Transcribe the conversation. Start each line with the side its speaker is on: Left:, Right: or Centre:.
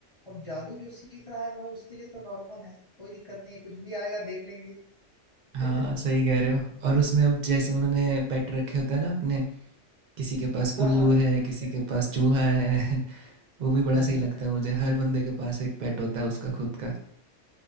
Left: अब जादू जो सीख रहा है भाई उसके लिए तो नॉर्मल है कोई दिक्कत नहीं है कुछ भी आएगा देख लेंगे
Right: हाँ
Left: <laughs>
Right: सही कह रहे हो और उसमें अब जैसे उन्होंने पेट रखे होते हैं ना अपने किसी के पास
Left: हाँ
Right: उल्लू
Left: हाँ बेटर
Right: है, किसी के पास
Left: है।
Right: चूहा है। <laughs> वो भी बड़ा सही
Left: अ,
Right: लगता है मुझे। हर बंदे के पास एक पेट होता है उसका खुद का।